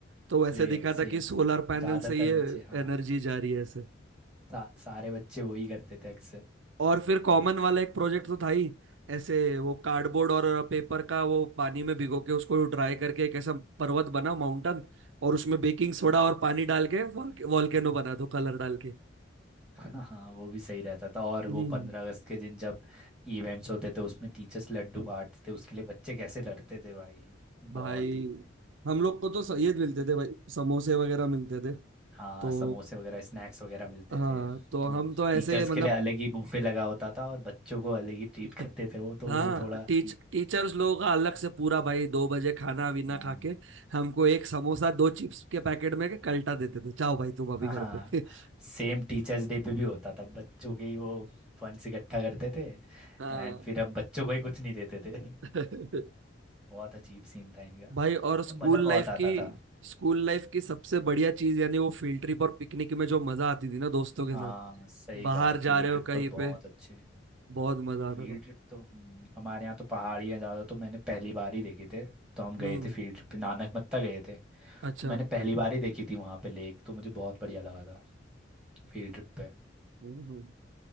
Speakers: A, on the right; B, in the centre.
A: तो वैसे
B: सेम
A: दिखा
B: सेम
A: था कि सोलर पैनल
B: ज्यादातर
A: से ये
B: बच्चे हाँ
A: एनर्जी जा रही है ऐसे
B: सा, सारे बच्चे वही करते थे अक्सर
A: और फिर कॉमन वाला एक प्रोजेक्ट तो था ही ऐसे वो कार्डबोर्ड और पेपर का वो पानी में भिगो के उसको ड्राई करके एक ऐसा पर्वत बना माउंटेन और उसमें बेकिंग सोडा
B: हम्म।
A: और पानी डाल के वॉल्केनो बना दो कलर डाल के
B: हाँ हाँ, वो भी सही रहता था और
A: हम्म
B: वो पंद्रह अगस्त के दिन जब इवेंट्स होते थे उसमें टीचर्स लड्डू बांटते थे उसके लिए बच्चे कैसे लड़ते थे भाई
A: भाई
B: बहुत ही
A: हम लोग को तो स- ये मिलते थे भाई समोसे वगैरह मिलते थे
B: हाँ
A: तो
B: समोसे वगैरह स्नैक्स वगैरह मिलते
A: हाँ
B: थे
A: तो
B: तो
A: हम तो ऐसे
B: टीचर्स
A: मतलब
B: के लिए अलग ही बुफे लगा होता था और बच्चों को अलग ही ट्रीट
A: <laughs>
B: करते थे वो तो
A: हाँ
B: वो थोड़ा अजीब
A: टीच टीचर्स लोगों का अलग से पूरा भाई दो बजे खाना वीना
B: हाँ
A: खा के हमको एक समोसा दो चिप्स के पैकेट में के कल्टा देते थे जाओ भाई तुम अभी
B: हाँ
A: घर पे <laughs>
B: सेम टीचर्स डे पे भी होता था बच्चों के ही वो फंड्स इकट्ठा करते थे
A: हाँ
B: एंड फिर हम बच्चों को ही कुछ नहीं देते थे
A: <laughs>
B: बहुत अजीब सीन था इनका
A: भाई और स्कूल
B: पर मज़ा
A: लाइफ
B: बहुत आता
A: की
B: था
A: स्कूल लाइफ की सबसे बढ़िया चीज यानी वो फील्ड ट्रिप और पिकनिक में जो मजा आती थी ना दोस्तों के
B: हाँ
A: साथ
B: सही
A: बाहर
B: कहा
A: जा
B: फील्ड
A: रहे
B: ट्रिप
A: हो कहीं
B: तो बहुत
A: पे
B: अच्छे
A: बहुत मजा आता
B: फील्ड
A: था
B: ट्रिप तो हम्म, हमारे यहाँ तो पहाड़ियाँ ज़्यादा तो मैंने पहली बार ही देखे थे तो हम गए
A: हम्म
B: थे फील्ड ट्रिप पे नानक मत्ता गए थे
A: अच्छा
B: तो मैंने पहली बार ही देखी थी वहाँ पे लेक तो मुझे बहुत बढ़िया लगा था फील्ड ट्रिप पे
A: हम्म।